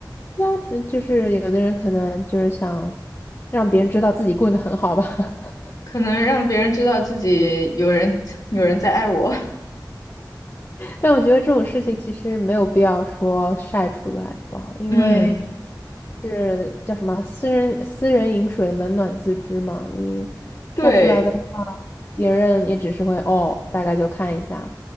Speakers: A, on the left; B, on the left.
A: 对啊，只就是有的人可能就是想让别人知道自己过得很好吧。<laughs>
B: 可能让别人知道自己有人 <laughs> 有人在爱我，
A: 但我觉得这种事情其实没有必要说晒出来吧，因为
B: <laughs> 嗯，
A: 是叫什么“私人私人饮水，冷暖自知”嘛。你晒出来的话，
B: 对，
A: 别人也只是会哦，大概就看一下。